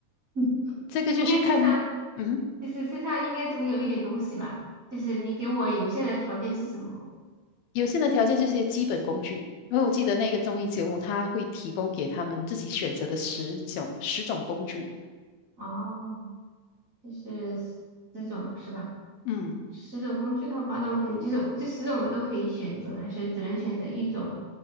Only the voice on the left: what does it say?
这个就是看，
嗯，
有限的条件就是基本工具。因为我记得那个综艺节目，它会提供给他们自己选择的十种十种工具。
嗯。